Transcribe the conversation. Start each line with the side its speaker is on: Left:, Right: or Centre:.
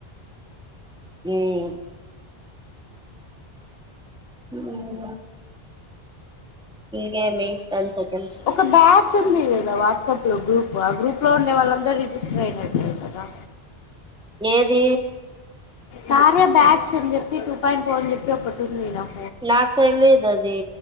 Centre: హ్మ్మ్ హ్మ్మ్ గివ్ మీ టెన్ సెకండ్స్
Left: ఒక బ్యాచ్ ఉంది కదా వాట్సాప్ లో గ్రూప్ ఆ గ్రూప్ లో ఉండే వాళ్ళందరుూ రిజిస్టర్ అయినట్లే కదా
Centre: ఏది
Left: కార్య బ్యాచ్ అని చెప్పి టూ పాయింట్ ఫోర్ అని చెప్పి ఒకటి ఉంది నేనా
Centre: నాకు తెలిదు అదిీ